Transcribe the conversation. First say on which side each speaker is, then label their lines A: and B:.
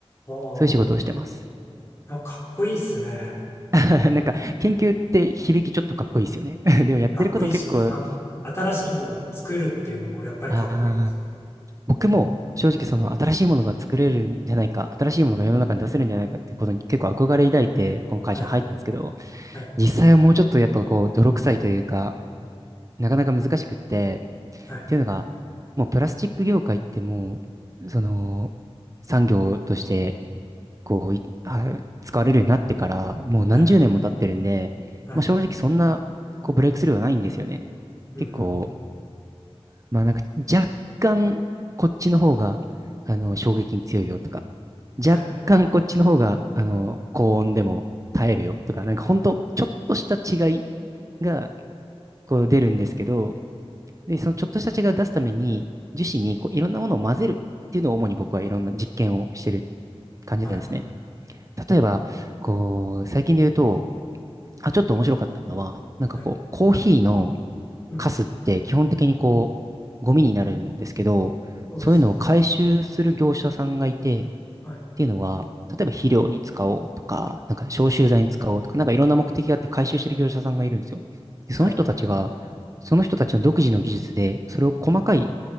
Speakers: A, on the left (about 25°); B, on the right (about 30°).
A: は
B: そういう仕事をしてます。
A: あ、なんかかっこいいっすね。
B: <laughs> なんか、研究って響きちょっとかっこいいですよね。<laughs> でもやってること結構、
A: かっこいいし、なんか新しいものを作るっていうのもやっぱりかっこいいです。
B: あ僕も正直その新しいものが作れるんじゃないか、新しいものが世の中に出せるんじゃないかっていうことに結構憧れ抱いて、この会社に入ったんですけど、
A: はい、はい、
B: 実際はもうちょっとやっぱこう、泥臭いというか、なかなか難しくって、
A: はい、
B: っていうのが、もうプラスチック業界ってもう、その、産業として、こうい、あ使われるようになってから、もう何十年も経ってるんで、
A: はい、はい、
B: まあ、正直そんな、こう、ブレイクスルーはないんですよね。
A: うん、
B: 結構、
A: うん、
B: まあなんか若干こっちの方が、あの、衝撃に強いよとか、若干こっちの方が、
A: はい、
B: あの、高温でも耐えるよとか、なんか本当ちょっとした違いが
A: うん、
B: こう出るんですけど、で、そのちょっとした違いを出すために、樹脂にこういろんなものを混ぜるっていうのを主に僕はいろんな実験をしてる感じなんですね。
A: はい、
B: 例えば、こう、最近で言うと、あ、ちょっと面白かったのは、なんかこう、
A: はい、
B: コーヒーの
A: うん、
B: カスって基本的にこう、ゴミになるんですけど、
A: そうですね。
B: そういうのを回収する業者さんがいて、
A: はい、
B: っていうのは、例えば肥料に使おうとか、なんか消臭剤に使おうとか、
A: うん、
B: なんかいろんな目的があって回収してる業者さんがいるんですよ。で、その人たちが、
A: はい、
B: その人たちの独自の技術で、それを細かい